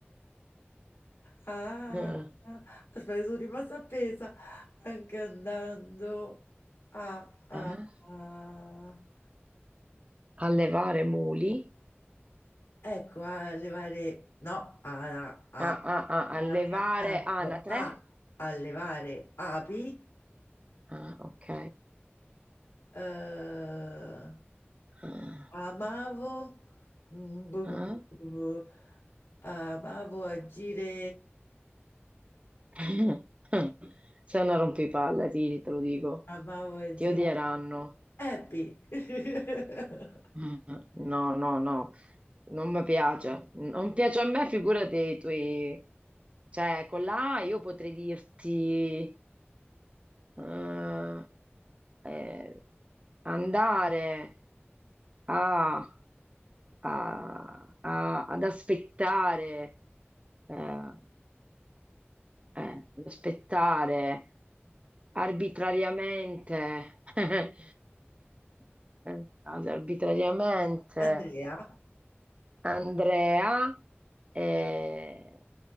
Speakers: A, on the left; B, on the right.
A: a...
B: Mm.
A: Aspetta, sono rimasta appesa. Anche andando a... a-
B: Ah.
A: a-
B: allevare muli,
A: Ecco, a levare, no, a, a,
B: ah, ah, ah,
A: a,
B: allevare
A: cantando,
B: anatre.
A: a, a levare api,
B: Ah, ok.
A: eh,
B: Ah,
A: amavo, mm, bu-
B: ah.
A: bu- bu- bu- amavo agire,
B: <laughs> Sei una rompipalle, ti, te lo dico.
A: amavo agire,
B: Ti odieranno.
A: happy. <laughs>
B: Mm. No, no, no, non mi piace. Non piace a me, figurati i tuoi. Cioè, con la A io potrei dirti eh, eh, andare a- a- a- ad aspettare, eh, eh, ad aspettare arbitrariamente, <laughs> eh, eh, arbitrariamente.
A: Andrea,
B: Andrea, eh,